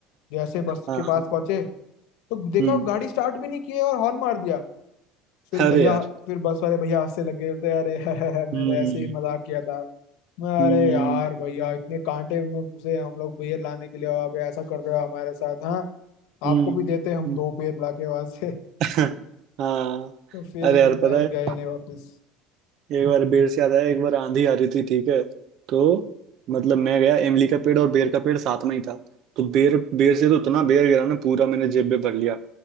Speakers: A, on the left; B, on the right.
A: जैसे बस
B: हाँ
A: के पास पहुंचे तो देखा
B: हम्म
A: गाड़ी स्टार्ट भी नहीं की है और हॉर्न मार दिया फिर
B: अरे
A: भैया
B: यार
A: फिर बस वाले भैया हंसने लग गए बोलते अरे <laughs> मैं
B: हम्म
A: तो ऐसे ही मजाक किया था मैं
B: हम्म
A: अरे यार भैया इतने कांटे में घुसे हम लोग बेर लाने के लिए और आप ऐसा कर रहे हो हमारे साथ हाँ
B: हम्म
A: आपको भी देते हम
B: हम्म।
A: दो पेड़ लाके वहां से
B: <laughs>
A: <laughs>
B: हाँ
A: तो फिर
B: अरे यार
A: मैं
B: पता है
A: गए नहीं वापस
B: एक बार बेर से याद आया एक बार आंधी आ रही थी ठीक है तो मतलब मैं गया इमली का पेड़ और बेर का पेड़ साथ में ही था तो बेर बेर से तो उतना बेर गिरा ना पूरा मैंने जेब में भर लिया